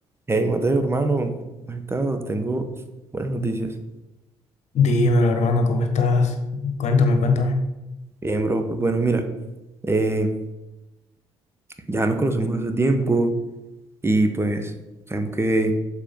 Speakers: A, on the right (about 20°); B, on the left (about 60°).
A: Hey, Mateo, hermano, ¿cómo has estado? Tengo buenas noticias.
B: Dímelo, hermano, ¿cómo estás? Cuéntame, cuéntame.
A: Bien, bro, pues bueno, mira, eh, ya nos conocemos hace tiempo y pues sabemos que